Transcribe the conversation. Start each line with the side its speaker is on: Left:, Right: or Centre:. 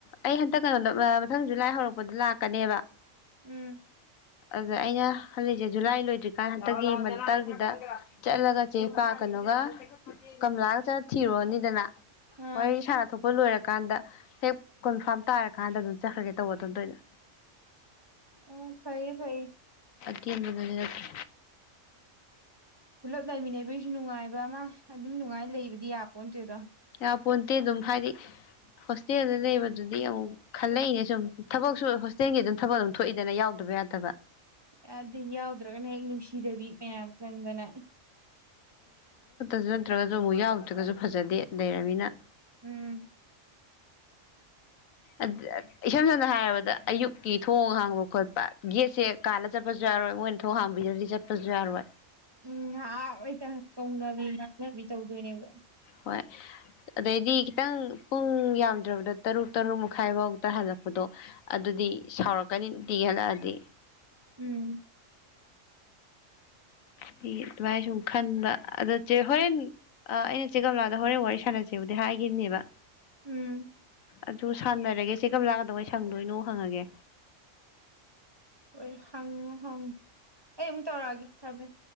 Left: ꯑꯩ ꯍꯟꯇꯛ ꯀꯩꯅꯣꯗ ꯃꯊꯪꯁꯨ ꯂꯥꯏ ꯍꯧꯔꯛꯄꯗ ꯂꯥꯛꯀꯅꯦꯕ
Right: ꯎꯝ
Left: ꯑꯗ ꯑꯩꯅ ꯍꯜꯂꯤꯛꯁꯦ ꯖꯨꯂꯥꯏ ꯂꯣꯏꯗ꯭ꯔꯤꯀꯥꯟ ꯍꯟꯗꯛꯀꯤ ꯃꯛꯇꯔꯒꯤꯗ ꯆꯠꯂꯒ ꯆꯦ ꯄꯥꯛ ꯀꯅꯣꯒ ꯀꯝꯂꯥꯒ ꯆ ꯊꯤꯔꯣꯅꯤꯗꯅ
Right: ꯑꯥ
Left: ꯍꯣꯏ ꯁꯥꯟꯅ ꯊꯣꯛꯄ ꯂꯣꯏꯔ ꯠ ꯀꯥꯟꯗ ꯍꯦꯛ ꯀꯣꯟꯐꯥꯔꯝ ꯇꯥꯔꯀꯥꯟꯗ ꯑꯗꯨꯝ ꯆꯠꯈ꯭ꯔꯒꯦ ꯇꯧꯕ ꯑꯗꯨꯣꯝꯗꯣꯏꯅ
Right: ꯑꯣ ꯐꯩꯌꯦ ꯐꯩꯌꯦ
Left: ꯇꯦꯟꯕ ꯗꯨꯗꯤ ꯅꯠꯇ꯭ꯔꯦ
Right: ꯄꯨꯂꯞ ꯂꯩꯃꯤꯟꯅꯕꯒꯤꯁꯨ ꯅꯨꯡꯉꯥꯏꯕ ꯑꯃ ꯑꯗꯨꯝ ꯅꯨꯡꯉꯥꯏ ꯂꯩꯕꯗꯤ ꯌꯥꯄꯣꯟ ꯇꯦꯗꯣ
Left: ꯌꯥꯄꯣꯟꯇꯦ ꯑꯗꯨꯝ ꯍꯥꯏꯗꯤ ꯍꯣꯁꯇꯦꯜꯗ ꯂꯩꯕꯗꯨꯗꯤ ꯑꯃꯨꯛ ꯈꯜꯂꯛꯏꯅꯦ ꯁꯨꯝ ꯊꯕꯛꯁꯨ ꯍꯣꯁꯇꯦꯜꯒꯤ ꯑꯗꯨꯝ ꯊꯕꯛ ꯑꯗꯨꯝ ꯊꯣꯛꯏꯗꯅ ꯌꯥꯎꯗꯕ ꯌꯥꯗꯕ
Right: ꯑꯦꯗꯨ ꯌꯥꯎꯗ ꯗ꯭ꯔꯒꯅ ꯍꯦꯛ ꯅꯨꯡꯁꯤꯗꯕꯤ ꯃꯌꯥꯝ ꯆꯪꯗꯅ
Left: ꯁꯨ ꯅꯠꯇ꯭ꯔꯒꯁꯨ ꯑꯃꯨꯛ ꯌꯥꯎꯗ꯭ꯔꯒꯁꯨ ꯐꯖꯗꯦ ꯂꯩꯔꯃꯤꯅ
Right: ꯎꯝ
Left: ꯑꯗ ꯑꯗ ꯏꯁꯝ ꯁꯝꯅ ꯍꯥꯏꯔꯕꯗ ꯑꯌꯨꯛꯀꯤ ꯊꯣꯡ ꯍꯥꯡꯕ ꯈꯣꯠꯄ ꯒꯦꯠꯁꯦ ꯀꯥꯟꯜꯂ ꯆꯠꯄꯁꯨ ꯌꯥꯔꯣꯏ ꯃꯣꯏꯅ ꯊꯣꯡ ꯍꯥꯡꯕꯤꯗ꯭ꯔꯗꯤ ꯆꯠꯄꯁꯨ ꯌꯥꯔꯣꯏ
Right: ꯎꯝ ꯉꯍꯥꯛ ꯂꯩꯇ ꯀꯧꯅꯕꯤ ꯉꯥꯡꯅꯕꯤ ꯇꯧꯗꯣꯏꯅꯦꯕ
Left: ꯍꯣꯏ ꯑꯗꯩꯗꯤ ꯈꯤꯇꯪ ꯄꯨꯡ ꯌꯥꯝꯗ꯭ꯔꯕꯗ ꯇꯔꯨꯛ ꯇꯔꯨꯛ ꯃꯈꯥꯏ ꯐꯥꯎꯗ ꯍꯜꯂꯛꯄꯗꯣ ꯑꯗꯨꯗꯤ ꯁꯥꯎꯔꯛꯀꯅꯤ ꯅꯨꯡꯇꯤꯒꯤ ꯍꯜꯂꯛꯑꯗꯤ
Right: ꯎꯝ
Left: ꯗꯤ ꯑꯗꯨꯃꯥꯏꯅ ꯁꯨꯝ ꯈꯟꯕ ꯑꯗꯣ ꯆꯦ ꯍꯣꯔꯦꯟ ꯑꯩꯅ ꯆꯦ ꯀꯝꯂꯥꯗ ꯍꯣꯔꯦꯟ ꯋꯥꯔꯤ ꯁꯥꯟꯅꯁꯦꯕꯨꯗꯤ ꯍꯥꯏꯈꯤꯕꯅꯦꯕ
Right: ꯎꯝ
Left: ꯑꯗꯨ ꯁꯥꯟꯅꯔꯒꯦ ꯆꯦ ꯀꯝꯂꯥ ꯀꯗꯧꯉꯩ ꯁꯪꯗꯣꯏꯅꯣ ꯍꯪꯉꯒꯦ
Right: ꯍꫭꯏ ꯍꯪꯉꫭ ꯍꯪ ꯑꯩ ꯃꯨꯛ ꯇꯧꯔꯑꯒꯦ ꯊꯝꯃꯦ